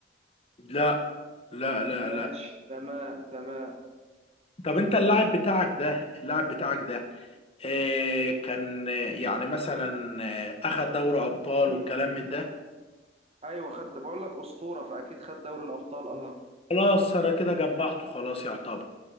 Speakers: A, on the left; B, on the right.
A: لا لا لا
B: ماشي
A: لا
B: تمام تمام
A: طب انت اللاعب بتاعك ده اللاعب بتاعك ده آه كان آه، يعني مثلا آه اخد دوري ابطال والكلام من ده
B: ايوه خد بقول لك اسطوره فاكيد خد دوري الابطال اه
A: خلاص انا كده جمعته خلاص يعتبر